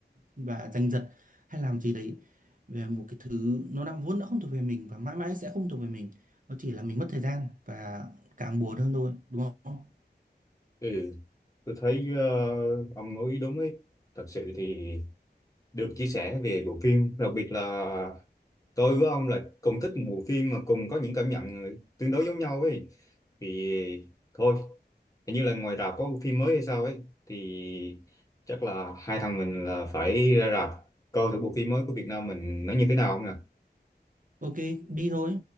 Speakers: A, on the right; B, on the left.
A: và giành giật hay làm gì đấy về một cái thứ nó đã vốn đã không thuộc về mình và mãi mãi sẽ không thuộc về mình nó chỉ là mình mất thời gian và càng buồn hơn thôi đúng không
B: ừ tôi thấy ờ, ông nói đúng ấy thật sự thì được chia sẻ về bộ phim đặc biệt là tôi với ông là cùng thích một bộ phim mà cùng có những cảm nhận tương đối giống nhau ấy thì thôi hình như là ngoài rạp có bộ phim mới hay sao ấy thì chắc là hai thằng mình là phải ra rạp coi thử bộ phim mới của Việt Nam mình nó như thế nào không nhỉ
A: ok đi thôi